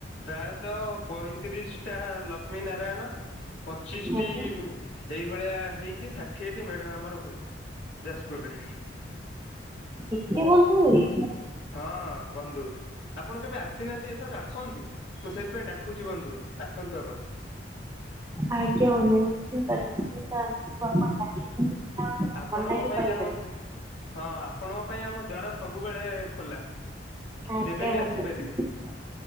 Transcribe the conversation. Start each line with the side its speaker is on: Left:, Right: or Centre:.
Left: ପ୍ରାୟତଃ ପଇଁତିରିଶ ଟା ଲକ୍ଷ୍ମୀ ନାରାୟଣ ପଚିଶଟି
Right: ଆଜ୍ଞା
Left: ଏଇଭଳିଆ ହେଇ କି ଷାଠିଏଟି ମେଢ ଆମର ହୁଏ ଯାଜପୁରରେ।
Right: ଏତେ ବନ୍ଧୁ ହୁଏ।
Left: ହଁ ବନ୍ଧୁ। ଆପଣ କେବେ ଆସିନାହାଁନ୍ତି ଏଥରକ ଆସନ୍ତୁ। ମୁଁ ସେଥିପାଇଁ ଡାକୁଛି ବନ୍ଧୁ ଆସନ୍ତୁ ଆପଣ।
Right: ଆଜ୍ଞା ବନ୍ଧୁ ନିଶ୍ଚିନ୍ତ ନିଶ୍ଚିନ୍ତ ଆମକୁ ବାପା ଡାକିଛନ୍ତି ମାନେ ଆଉ ତ
Left: ଆପଣଙ୍କ
Right: ମନା ବି
Left: ପାଇଁ
Right: କରିପାରିବୁ
Left: ଆମ ଦୁ ହଁ ଆପଣଙ୍କ ପାଇଁ ଆମ ଦ୍ୱାର ସବୁବେଳେ ଖୋଲା।
Right: ଆଜ୍ଞା
Left: ଯେବେ ବି ଆସିପାରିବି
Right: ବନ୍ଧୁ ନିଶ୍ଚିନ୍ତ